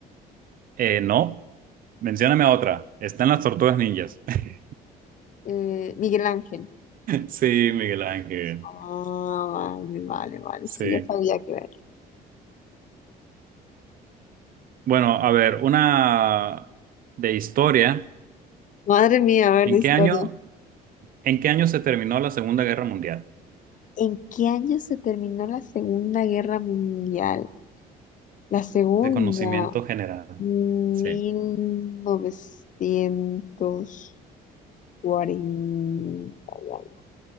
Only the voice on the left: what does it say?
eh, Miguel Ángel.
Ah, vale, vale, vale.
Sí, ya sabía que ver.
Madre mía, a ver
de historia.
¿En qué año se terminó la Segunda Guerra Mundial? La segunda,
mil
novecientos cuarenta y algo.